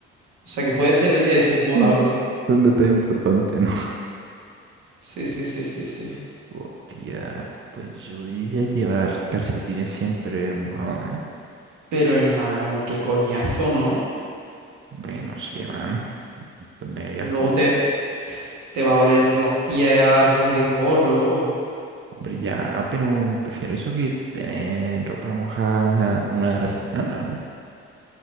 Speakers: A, on the right (about 85°); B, on the right (about 40°).
A: O sea que puede ser el día de tu boda,
B: Mm.
A: bro.
B: Es un detalle importante, ¿no?
A: Sí, sí, sí, sí, sí.
B: Hostia, pues yo diría llevar calcetines siempre mojados, ¿eh?
A: Pero hermano, qué coñazo, ¿no?
B: Hombre, no sé, man. ¿Dónde irías
A: Luego
B: tú?
A: te, te va a oler los pies a Roquefort luego.
B: Hombre, ya, pero prefiero eso que tener ropa mojada una de la semana, ¿no?